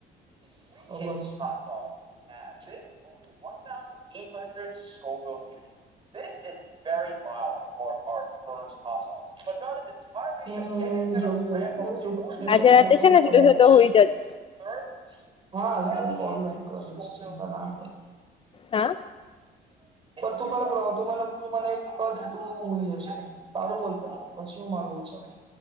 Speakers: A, on the right; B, on the left.
A: <unintelligible> <unintelligible> <unintelligible> <unintelligible> તો હવે
B: આજે રાતે છે ને સીધો
A: શું.
B: સીધો હુઈ જજે.
A: હા આજ તને કોલ ની કરીશ ચિંતા ના કર.
B: હા
A: તું પેલા તું મને તું મને કર કે તું હોઈ જશે તારું બોલ પેલા પછી.